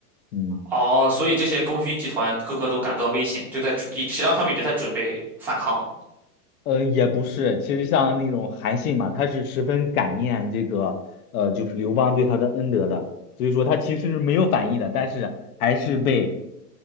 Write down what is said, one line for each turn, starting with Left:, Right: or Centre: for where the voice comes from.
Left: 嗯。
Centre: 哦，所以这些功勋集团个个都感到危险，就在准实际上他们已经在准备反抗了，
Left: 嗯，呃也不是，其实像那种韩信嘛，他是十分感念这个，呃，就是刘邦对他的恩德的，所以说他其实是没有反意的，但是还是被